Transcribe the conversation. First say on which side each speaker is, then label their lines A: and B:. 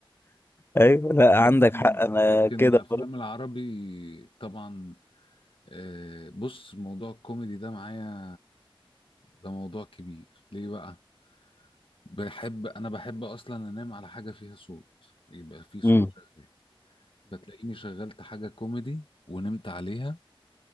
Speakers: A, on the left; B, on the left.
A: ايوه لا
B: لكن
A: عندك حق انا
B: لكن
A: كده
B: الافلام
A: برضه
B: العربي طبعا آه، بص موضوع الكوميدي ده معايا ده موضوع كبير ليه بقى بحب انا بحب اصلا انام على حاجه فيها صوت يبقى في صوت
A: امم
B: شغال فتلاقيني شغلت حاجه كوميدي ونمت عليها